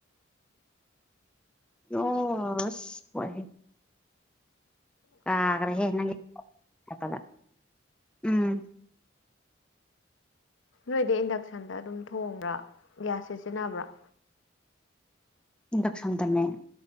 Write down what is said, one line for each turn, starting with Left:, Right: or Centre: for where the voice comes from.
Centre: ꯑꯣ ꯑꯁ ꯄ ꯑꯒ꯭ꯔꯍꯦꯄꯗ ꯎꯝ
Left: ꯅꯣꯏꯗꯤ ꯏꯟꯗꯛꯁꯟꯗ ꯑꯗꯨꯝ ꯊꯣꯡꯕ꯭ꯔꯥ ꯒ꯭ꯌꯥꯁ ꯁꯤꯖꯤꯟꯅꯕ꯭ꯔꯥ
Centre: ꯗꯛꯁꯪꯗꯝꯃꯦ